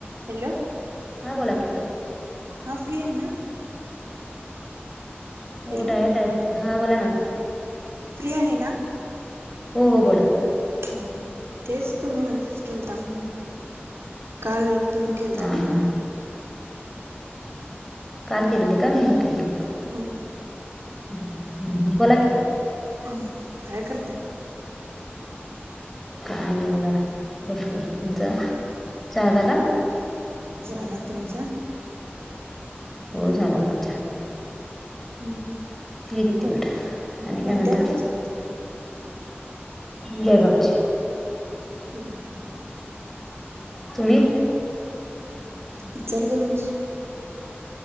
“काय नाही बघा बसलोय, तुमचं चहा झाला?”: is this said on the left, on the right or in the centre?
Centre